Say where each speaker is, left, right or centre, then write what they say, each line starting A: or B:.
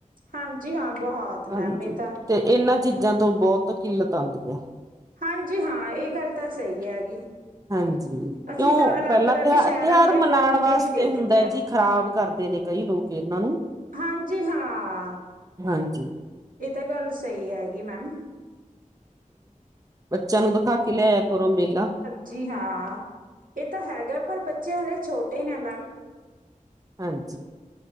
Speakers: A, on the right; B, on the right.
A: ਹਾਂਜੀ ਹਾਂ ਬਹੁਤ ਮੈਮ
B: ਹਾਂਜੀ
A: ਇਹ ਤਾਂ
B: ਤੇ ਇਹਨਾਂ ਚੀਜ਼ਾਂ ਤੋਂ ਬੋਤ ਕਿੱਲਤ ਆਂਦੀ ਐ।
A: ਹਾਂਜੀ ਹਾਂ, ਇਹ ਗੱਲ ਤਾਂ ਸਹੀ ਹੈਗੀ।
B: ਹਾਂਜੀ ਕਿਉਂ
A: ਅਸੀਂ ਤਾਂ ਅਲੱਗ-ਅਲੱਗ
B: ਪਹਿਲਾਂ ਤਿਉਹ
A: ਸ਼ਹਿਰਾਂ
B: ਤਿਉਹਾਰ
A: ਦੇ
B: ਮਨਾਉਣ
A: ਫੋਨ
B: ਵਾਸਤੇ
A: ਤੇ ਹੀ ਦੇਖਦੇ
B: ਹੁੰਦਾ
A: ਹਾਂ
B: ਏ ਜੀ। ਖ਼ਰਾਬ ਕਰਦੇ ਨੇ ਕਈ ਲੋਕ ਇਹਨਾਂ ਨੂੰ।
A: ਹਾਂਜੀ ਹਾਂ,
B: ਹਾਂਜੀ
A: ਇਹ ਤਾਂ ਗੱਲ ਸਹੀ ਹੈਗੀ ਮੈਮ।
B: ਬੱਚਿਆਂ ਨੂੰ ਦਿਖਾ ਕੇ ਲੈਇਆ ਕਰੋ ਮੇਲਾ।
A: ਜੀ ਹਾਂ, ਐ ਤਾਂ ਹੈਗਾ ਪਰ ਬੱਚੇ ਹਲੇ ਛੋਟੇ ਨੇ ਮੈਮ।
B: ਹਾਂਜੀ।